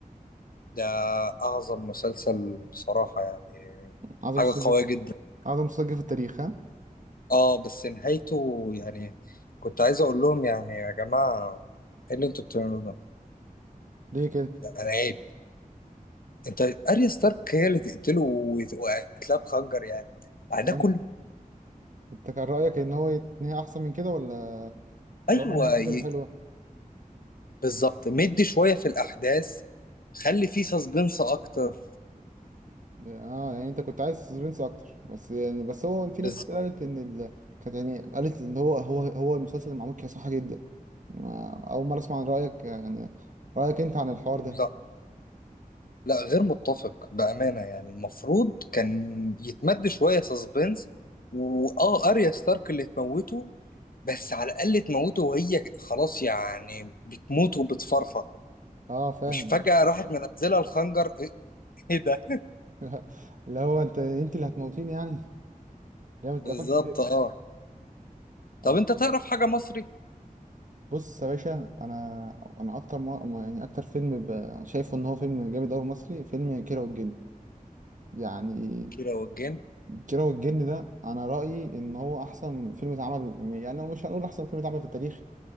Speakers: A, on the left; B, on the right.
A: ده أعظم مسلسل بصراحة يعني
B: اعظم
A: حاجة
B: مسلسل
A: قوية جدا
B: اعظم مسلسل في التاريخ ها
A: اه بس نهايته يعني كنت عايز اقول لهم يعني يا جماعه ايه اللي انتوا بتعملوه ده؟
B: ليه كده
A: يعني عيب انت اريا ستارك هي اللي تقتله ويت- وقتلها بخنجر يعني بعد
B: يعني
A: ده كله
B: انت كان رايك ان هو يتنهي احسن من كده ولا ولا
A: ايوه
B: هو نهايته كده
A: ي...
B: حلوه
A: بالظبط مدي شويه في الاحداث خلي فيه سسبنس اكتر
B: اه يعني انت كنت عايز سسبنس اكتر بس يعني بس هو في ناس
A: بالظبط
B: كتير قالت ان ال... كانت يعني قالت ان هو هو هو المسلسل اللي معمول كده صح جدا يعني ما- اول مره اسمع عن رايك يعني رايك انت عن الحوار
A: لا
B: ده
A: لا غير متفق بامانه يعني المفروض كان يتمد شويه سسبنس واه اريا ستارك اللي تموته بس على الاقل تموته وهي خلاص يعني بتموت وبتفرفر
B: اه فاهم
A: مش فجأة راحت منزلة الخنجر <laughs> ايه ده
B: <laughs> اللي هو انت انت اللي هتموتيني يعني ليه ما اتقفلت
A: بالظبط
B: كده
A: اه طب
B: آه.
A: انت تعرف حاجة مصري
B: بص يا باشا انا انا اكتر ما... ما- يعني اكتر فيلم ب... شايفه ان هو فيلم جامد قوي مصري فيلم كيرة والجن يعني
A: كيرة والجن
B: كيرة والجن ده انا رايي ان هو احسن فيلم اتعمل يعني مش هنقول احسن فيلم اتعمل في التاريخ